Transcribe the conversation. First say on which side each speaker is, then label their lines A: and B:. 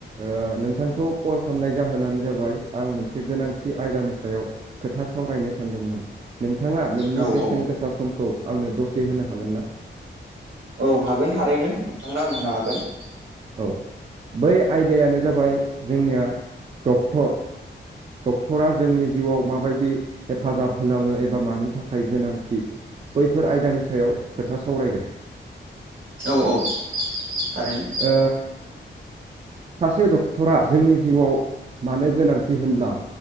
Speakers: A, on the right; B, on the right.
A: ओ नोंथांखौ कल खामनाय जाहोनानो जाबाय आं मोनसे गोनांथि आयदानि सायाव खोथा सावरायनो सानदोंमोन। नोंथाङा नोंनि
B: औ
A: बेसेन
B: औ
A: गोसा समखौ आंनो दसे होनो हागोनना?
B: औ हागोन थारैनो नोंथांनो आं होनो हागोन।
A: औ बै आयदायानो जाबाय जोंनिया डक्टर डक्टरा जोंनि जिउआव माबायदि हेफाजाब होनाङो एबा मानि थाखाय गोनांथि बैफोर आयदानि सायाव खोथा सावरायगोन।
B: औ-औ थारैनो।
A: ओ सासे डक्टरा जोंनि जिउआव मानो गोनांथि होनब्ला